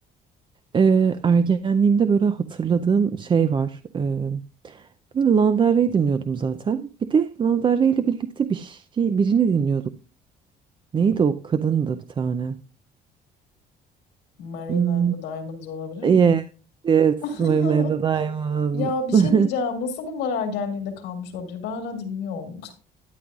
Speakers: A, on the right (about 30°); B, on the left (about 80°).
A: E, ergenliğimde böyle hatırladığım şey var. e, Böyle Lana Del Rey dinliyordum zaten. Bir de Lana Del Rey ile birlikte bir şey, birini dinliyorduk. Neydi o kadın da bir tane?
B: Marina
A: Hmm.
B: and the Diamonds olabilir
A: Yes,
B: mi?
A: yes,
B: <laughs>
A: Marina and the Diamonds.
B: Ya bir
A: <laughs>
B: şey diyeceğim. Nasıl bunlar ergenliğinde kalmış olabilir? Ben hala dinliyorum.